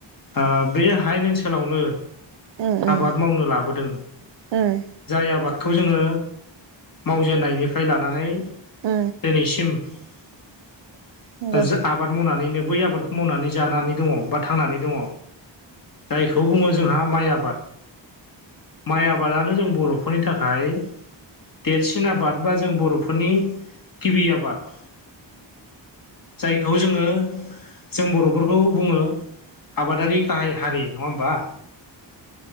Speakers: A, on the left; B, on the right.
A: आ हाइेन ओनसोलावनो
B: उम उम
A: आबाद मावनो लाबोदों।
B: उम
A: जाय आबादखौ जोङो मावजेननायनिफ्राय लानानै
B: ओ
A: दिनसिम <unintelligible>
B: नंगौ
A: आबाद मावनानैनो बै आबादखौ मावनानै जानानै दङ बा थांनानै दङ। जायखौ बुङो जोंहा माइ आबाद माइ आबादानो जों बर'फोरनि थाखाय देरसिन आबाद बा जों बर'फोरनि गिबि आबाद। जायखौ जोङो जों बर'फोरखौ बुङो आबादारि गाहाय हारि नङा होमबा?